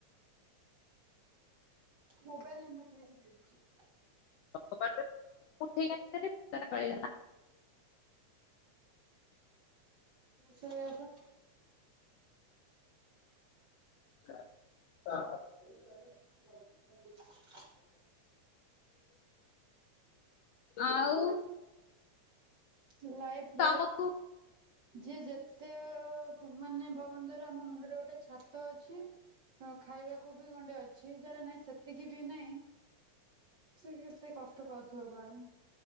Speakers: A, on the right; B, on the left.
A: ମୋବାଇଲ ନମ୍ବର ଥିଲା ସେଠି ଦେଇ ଦେଇଛି
B: ଠଗଲା <unintelligible>
A: ସେଇଆ ପା
B: ହ <unintelligible>
A: ଏ <unintelligible>
B: ଆଉ
A: ମୋ ଲାଇଫରେ
B: ତମକୁ
A: ଯିଏ ଯେତେ ମାନେ ଭଗବାନ ଦୟାରୁ ଆମ ମୁଣ୍ଡରେ ଗୋଟେ ଛାତ ଅଛି ହଁ ଖାଇବାକୁ ବି ଗଣ୍ଡେ ଅଛି ଯାର ନାଇଁ ସେତିକି ବି ନାଇଁ ସେ କେତେ କଷ୍ଟ ପାଉଥିବ କହନି